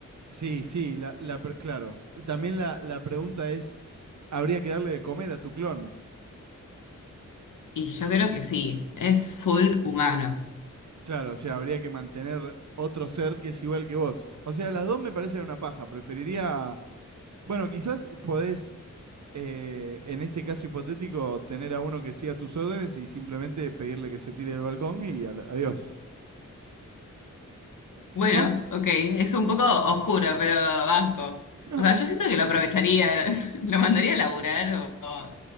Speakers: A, on the right; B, on the left.
A: Sí, sí, la, la pre- claro. También la, la pregunta es, ¿habría que darle de comer a tu clon?
B: Y yo creo que sí, es full humano.
A: Claro, o sea, habría que mantener otro ser que es igual que vos. O sea, las dos me parecen una paja. Preferiría Bueno, quizás podés, eh, en este caso hipotético, tener a uno que siga tus órdenes y simplemente pedirle que se tire del balcón y al- adiós.
B: Bueno,
A: ¿No?
B: ok, es un poco oscuro, pero banco.
A: No,
B: O sea,
A: es-
B: yo siento que lo aprovecharía, <laughs> lo mandaría a laburar o, o